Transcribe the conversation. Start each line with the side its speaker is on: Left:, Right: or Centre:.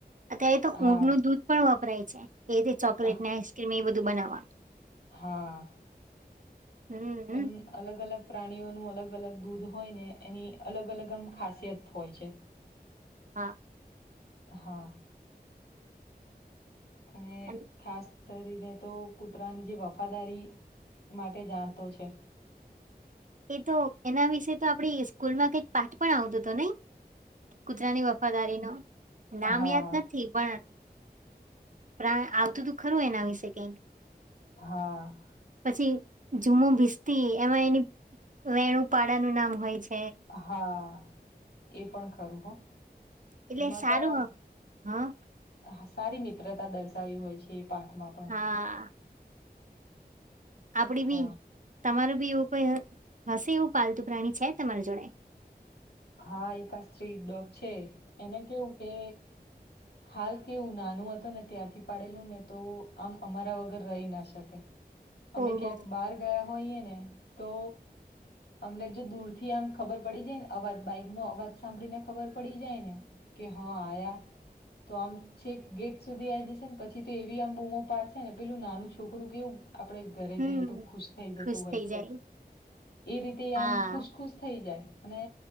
Right: અત્યારે તો
Left: હા.
Right: ઊંટ નું દૂધ પણ વપરાય છે. એ રીતે ચોકલેટને
Left: આહ
Right: આઈસક્રીમ, એ બધું બનાવવા
Left: હા,
Right: હમ
Left: એમ અલગ, અલગ પ્રાણીઓનું અલગ અલગ, અલગ દૂધ હોય, ને એની અલગ અલગ આમ ખાસિયત હોય છે.
Right: હા.
Left: હા અને,
Right: અન
Left: ખાસ કરીને, તો કૂતરાની જે વફાદારી માટે જાણતો છે.
Right: એ તો એના વિશે, તો આપડી સ્કૂલમાં કઈક પાઠ પણ આવતોું હતો, નઈ કુતરાની વફાદારી, ન નામ
Left: હા,
Right: યાદ નથી, પણ પ્રા આવતું, તું ખરું એના વિશે કઈક
Left: હા,
Right: પછી જુમુ ભીસ્તી એમાં એની વેણુંપાડાાનું નામ હોય, છે
Left: હા, એ પણ ખરું હો
Right: એટલે
Left: એમાં,
Right: સારું
Left: પણ
Right: આમ. હ
Left: આમ સારી મિત્રતા દર્શાવી હોય છે, એ પાઠમાં પણ
Right: હા આપડી,
Left: હા,
Right: બી તમારું બી એવું કોઈ હશે, એવું પાલતુ પ્રાણી છે, તમારી જોડે
Left: હા, એક આ સ્ટ્રીટ ડોગ છે, એને કેવું કે હાલ કેવું નાનું હત, ને ત્યારથી પાડેલું ને તો આમ અમારા વગર રહી, ના શકે અમે
Right: ઓહો
Left: ક્યાંક બહાર ગયા હોને, તો અમને જો દૂર થી, આમ ખબર પડી જાયને અવાજ બાઈક એમનો અવાજ સાંભળી ને ખબર પડી જાય, ને કે હા, આયા તો આમ છેક, ગેટ સુધી આ જશે ને પછી, તો એવી આમ બૂમો પાડશે ને પેલું નાનું છોકરું, કેવું આપડે ઘરે
Right: હમ
Left: જઈએ, તો ખુશ થઈ, જતું
Right: ખુશ
Left: હોય
Right: થઈ
Left: છે.
Right: જાય
Left: એ રીતે
Right: હા
Left: આમ ખુશ, ખુશ થઈ, જાય અને